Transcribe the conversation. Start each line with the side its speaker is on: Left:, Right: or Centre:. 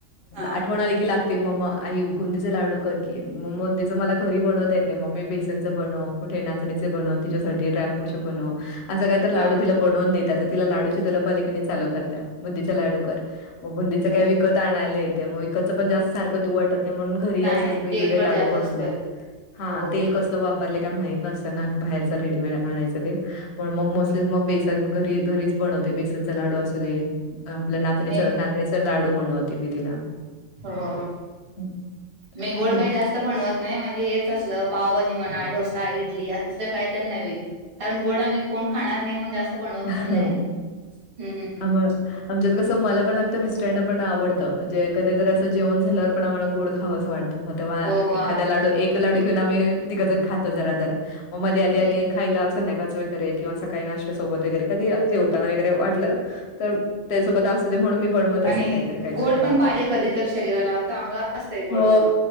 Right: हा
Left: आठवण आली की लाग ते मम्म आई गुंदीचे लाडू करकी मग बुंदीचे मला घरी बनवता येते मग मी बेसनचं बनव, कुठे नाचणीचे बनव तिच्यासाठी डायफ्रूटचे बनव असं काहीतर लाडू
Right: हा
Left: तिला करून देत असं तिला लाडुची तलप आली की नाही चालू करता बुंदीचे लाडू कर, मग बुंदीचे
Right: होय
Left: काय विकत आणायला येतय मग विकतच पण जास् सारखं दिऊ वाटत नाही म्हणून, घरी
Right: नाही
Left: असंच वेगवेगळं
Right: तेलकट
Left: लाडू
Right: जास्त
Left: बनवून
Right: असतोय
Left: द्यायचं, हा
Right: हो.
Left: तेल कसं वापरलं काय माहीत नसतं ना बाहेरच रेडीमेड आणायचं ते, पण मग नसेल मग बेसन पण घरी घरीच बनवतो बेसनचा लाडू असू दे आपल्या नाचणीच
Right: मी
Left: ना बेसन लाडू बनवते मी तिला.
Right: हो,
Left: हं,
Right: नाही गोड
Left: मग
Right: काय जास् त बनवत नाही म्हणजे हेच असलं पावभाजी म्हणा डोसा इडली आस ल काहीतरी नवीन, कारण गोड आम्ही कोण खाणार नाही मग जास्त. बनवत पण
Left: हं.
Right: नाही, हम्म
Left: आम आमच्यात कसं मला पण लागतं मिस्टरांना पण आवडतं जे कधी तर असं जेवण झाल्यावर पण आम्हाला गोड खावस वाटतं. मग तेव्हा
Right: हो हो
Left: एखादा लाडू एक लाडू घेऊन आम्ही तिघ जण खातो जरा जरा. मग मध्ये आधी
Right: हम्म
Left: आणि खायला संध्याकाळच वगैरे किंवा सकाळी नाष्ट्या सोबत. वगैरे कधी जेवताना वगैरे वाटलं तर त्यासोबत असू दे म्हणून मी बनवत
Right: आणि
Left: असते काहीतरी काहीतरी
Right: गोड
Left: सारखं.
Right: पण पाहिजे कधी तर शरीराला चांगलं असतंय गोड
Left: हो
Right: पण